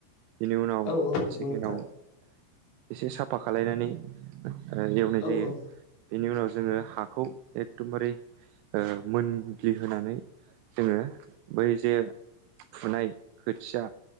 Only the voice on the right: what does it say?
बिनि उनाव
सेकेण्डआव
एसे साफा खालायनानै ओ एवनाय
जायो
बेनि उनाव जोङो हाखौ एगदमबारे ओ मोनग्लि होनानै जोङो बै जे फुनाय खोथिया